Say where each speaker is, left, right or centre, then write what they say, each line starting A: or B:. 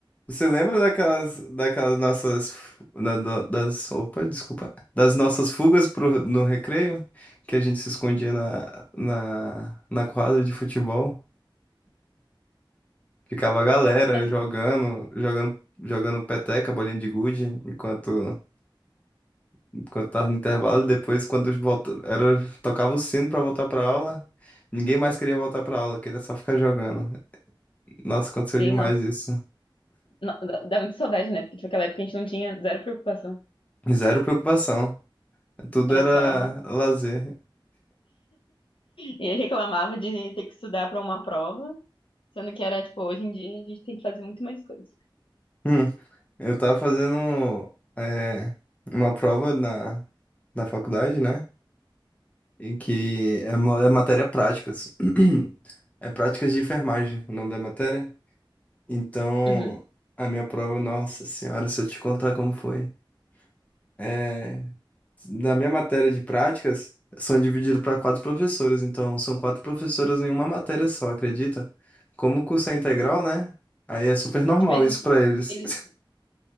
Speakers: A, on the left; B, on the left.
A: Você lembra daquelas, daquelas nossas, da- da- das, opa, desculpa, das nossas fugas pro, no recreio, que a gente se escondia na, na, na quadra de futebol, ficava a galera
B: Mas,
A: jogando, jogando, jogando peteca, bolinha de gude, enquanto, enquanto tava no intervalo, e depois quando os volta, era, tocava o sino para voltar para aula, ninguém mais queria voltar para aula, queria só ficar jogando. Nossa, aconteceu
B: sim,
A: demais
B: ó.
A: isso.
B: No- Dá dá muita saudade, né? Porque, tipo, naquela época a gente não tinha zero preocupação.
A: Zero preocupação. Tudo
B: Era
A: era
B: só... <laughs>
A: lazer.
B: E aí reclamava de ter que estudar pra uma prova, sendo que era, tipo, hoje em dia a gente tem que fazer muito mais coisa.
A: Hum, eu tava fazendo é, uma prova na, na faculdade, né? E que é, ma- é matéria práticas. <clears throat> É práticas de enfermagem, o nome da matéria. Então,
B: Uhum.
A: a minha prova, nossa senhora, se eu te contar como foi. É, na minha matéria de práticas, são divididos para quatro professores. Então, são quatro professoras em uma matéria só, acredita? Como o curso é integral, né? Aí é super normal
B: Tipo, eles,
A: isso para eles.
B: eles,